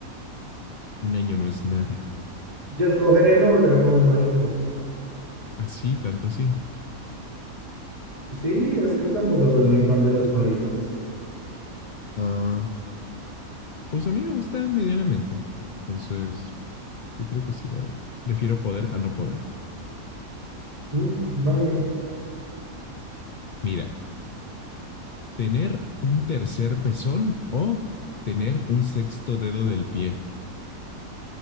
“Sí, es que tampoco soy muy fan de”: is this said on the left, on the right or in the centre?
Right